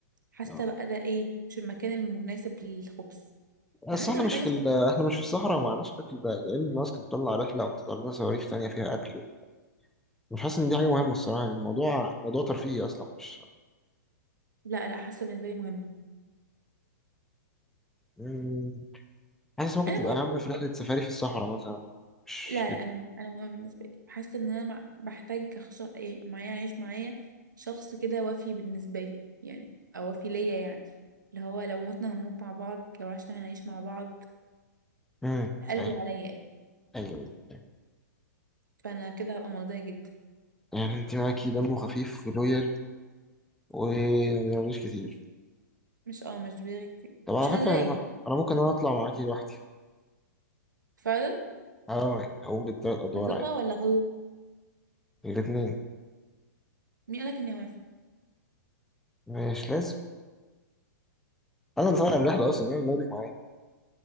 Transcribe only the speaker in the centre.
آه.
بس
احنا
مش في
ال- احنا مش في الصحراء ومعناش اكل بقى لان الناس كانت بتطلع رحله وتطلع لنا صواريخ تانيه فيها اكل مش حاسس ان دي حاجه مهمه الصراحه يعني الموضوع موضوع ترفيهي اصلا مش
مم. حاسس ممكن
تبقى
اهم في رحله سفاري في الصحراء مثلا مش
كده
امم
ايوه
ايوه أيوة.
يعني انت معاكي دمه خفيف ولويال وما بيعملوش كتير
طب على
فكره انا أنا ممكن انا اطلع معاكي لوحدي
اه هقوم بالثلاث ادوار
عادي
الاثنين
مش لازم انا اللي طالع الرحله اصلا انا اللي واخدك معايا